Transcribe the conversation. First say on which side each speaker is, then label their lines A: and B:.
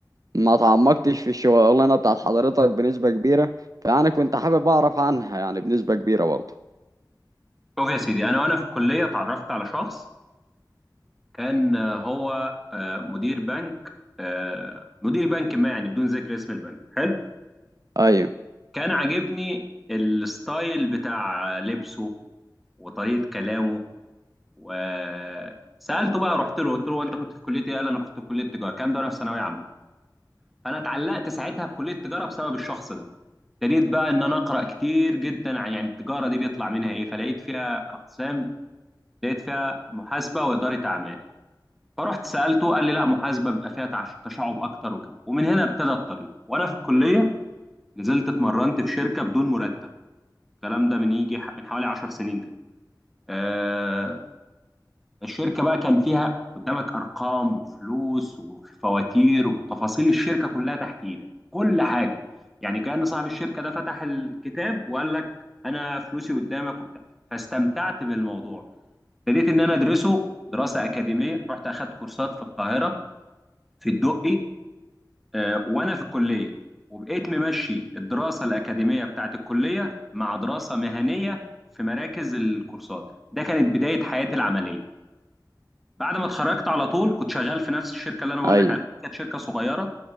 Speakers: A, on the right (about 50°); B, in the centre.
A: ما تعمقتش في الشغلانة بتاعت حضرتك بنسبة كبيرة فأنا كنت حابب أعرف عنها يعني بنسبة كبيرة برضه
B: شوف يا سيدي انا وانا في الكليه اتعرفت على شخص كان آه، هو آه، مدير بنك آه، مدير بنك ما يعني بدون ذكر اسم البنك حلو
A: ايوه
B: فكان عاجبني الستايل بتاع لبسه وطريقه كلامه وسالته بقى رحت له قلت له انت كنت في كليه ايه قال انا كنت في كليه تجاره كان ده وانا في ثانويه عامه فانا اتعلقت ساعتها بكليه التجاره بسبب الشخص ده ابتديت بقى ان انا اقرا كتير جدا عن يعني التجاره دي بيطلع منها ايه فلقيت فيها اقسام لقيت فيها محاسبه واداره اعمال فرحت سالته قال لي لا محاسبه بيبقى فيها تعش- تشعب اكتر وكده ومن هنا ابتدى الطريق وانا في الكليه نزلت اتمرنت في شركه بدون مرتب الكلام ده من يجي ح- من حوالي 10 سنين كده آه الشركه بقى كان فيها قدامك ارقام وفلوس وفواتير وتفاصيل الشركه كلها تحت ايدك كل حاجه يعني كان صاحب الشركه ده فتح الكتاب وقال لك انا فلوسي قدامك وبتاع فاستمتعت بالموضوع ابتديت ان انا ادرسه دراسه اكاديميه رحت اخدت كورسات في القاهره في الدقي آه، وانا في الكليه وبقيت ممشي الدراسه الاكاديميه بتاعت الكليه مع دراسه مهنيه في مراكز الكورسات ده كانت بدايه حياتي العمليه بعد ما اتخرجت على طول كنت شغال في نفس الشركه اللي انا بقول
A: ايوه
B: لك عليها دي، كانت شركه صغيره